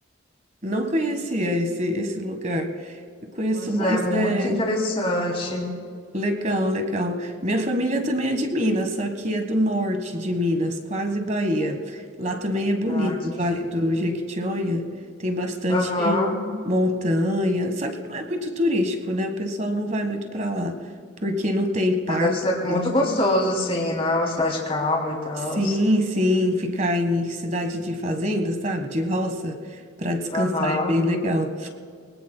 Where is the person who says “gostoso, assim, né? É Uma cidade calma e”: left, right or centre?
Left